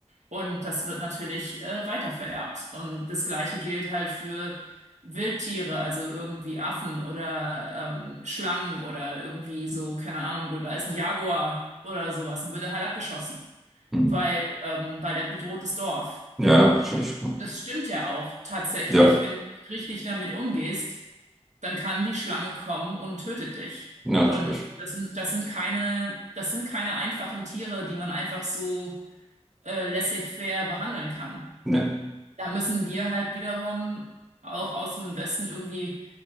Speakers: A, on the right (about 85°); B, in the centre.
A: Und das wird natürlich äh, weitervererbt. Und das Gleiche gilt halt für Wildtiere, also irgendwie Affen oder ähm, Schlangen oder irgendwie so, keine Ahnung, du, da ist ein Jaguar oder sowas und wird er halt abgeschossen,
B: hm.
A: weil, ähm, weil der bedroht das Dorf.
B: Ja, natürlich.
A: Das stimmt ja auch tatsächlich,
B: Ja,
A: wenn du nicht richtig damit umgehst, dann kann die Schlange kommen und tötet dich.
B: natürlich.
A: Und das sind, das sind keine, das sind keine einfachen Tiere, die man einfach so äh, laissez-faire behandeln kann.
B: Nee.
A: Da müssen wir halt wiederum auch aus dem Westen irgendwie